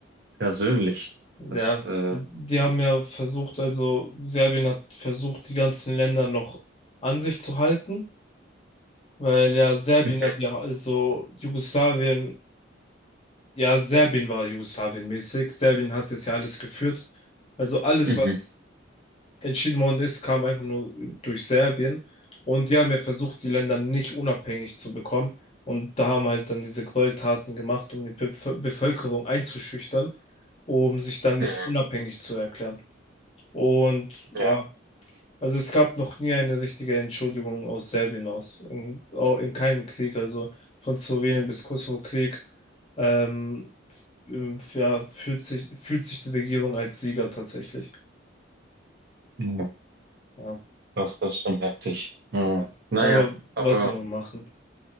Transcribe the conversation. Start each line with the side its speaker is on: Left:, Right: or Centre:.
Right: persönlich.
Left: ja,
Right: Das, äh,
Left: die haben ja versucht, also Serbien hat versucht, die ganzen Länder noch an sich zu halten, weil ja Serbien
Right: mhm,
Left: hat ja, also Jugoslawien, ja, Serbien war Jugoslawien mäßig. Serbien hat das ja alles geführt. Also alles,
Right: mhm,
Left: was entschieden worden ist, kam einfach nur durch Serbien. Und die haben ja versucht, die Länder nicht unabhängig zu bekommen. Und da haben halt dann diese Gräueltaten gemacht, um die Bevö- Bevölkerung einzuschüchtern, um sich dann nicht
Right: mhm,
Left: unabhängig zu erklären. Und ja,
Right: ja,
Left: also es gab noch nie eine richtige Entschuldigung aus Serbien aus, in, auch in keinem Krieg, also von Slowenien bis Kosovo-Krieg. Ähm, f- ja, fühlt sich, fühlt sich die Regierung als Sieger tatsächlich.
Right: mhm, ja,
Left: Ja.
Right: das ist schon heftig. Mhm.
Left: Ja.
Right: Naja,
Left: Aber was
Right: aber
Left: soll man machen?